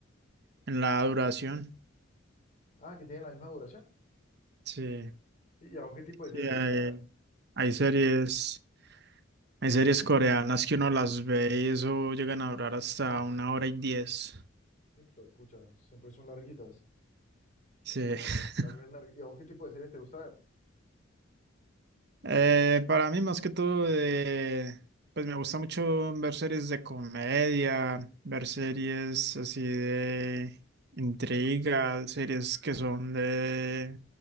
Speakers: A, on the right; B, on the left.
A: en la duración.
B: Ah, que tienen la misma duración.
A: Sí,
B: ¿Y a vos qué tipo
A: sí,
B: de series
A: hay,
B: te gusta ver?
A: hay series, hay series coreanas que uno las ve y eso llegan a durar hasta una hora y diez.
B: Hijo de pucha, siempre son larguitas.
A: Sí. <laughs>
B: Largas, largas. ¿Y a vos qué tipo de series te gusta ver?
A: Eh, para mí, más que todo, eh, pues me gusta mucho ver series de comedia, ver series así de intriga, series que son de,